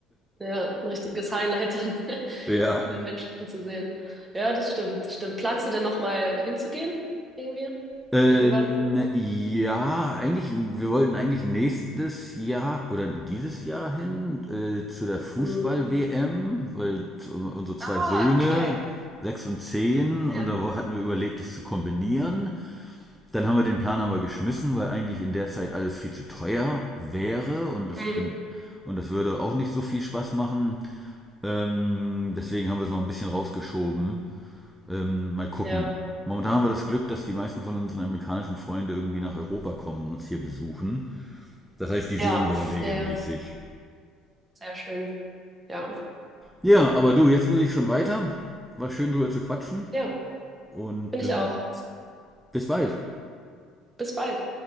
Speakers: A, on the right; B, in the centre.
A: ja, ein richtiges Highlight dann, <laughs>
B: Ja.
A: mal Menschen zu sehen. Ja, das stimmt, das stimmt. Planst du denn nochmal hinzugehen? Irgendwie?
B: Ähm,
A: Irgendwann?
B: ja, eigentlich, wir wollten eigentlich nächstes Jahr oder dieses Jahr hin äh, zu der Fußball-WM,
A: Mhm.
B: weil t- unsere zwei
A: Ah,
B: Söhne,
A: geil.
B: sechs und zehn, und
A: Ja.
B: da wo- hatten wir überlegt, es zu kombinieren. Dann haben wir den Plan aber geschmissen, weil eigentlich in der Zeit alles viel zu teuer wäre und das,
A: Mhm.
B: und, und das würde auch nicht so viel Spaß machen. Ähm, deswegen haben wir es noch ein bisschen rausgeschoben. Ähm, mal gucken.
A: Ja,
B: Momentan haben wir das Glück, dass die meisten von unseren amerikanischen Freunden irgendwie nach Europa kommen und uns hier besuchen. Das heißt, die sehen
A: ja,
B: wir regelmäßig.
A: ja, ja. Sehr schön. Ja,
B: Ja, aber du, jetzt muss ich schon weiter. War schön, drüber zu quatschen
A: ja,
B: und
A: bin ich
B: ähm,
A: auch.
B: bis bald.
A: Bis bald.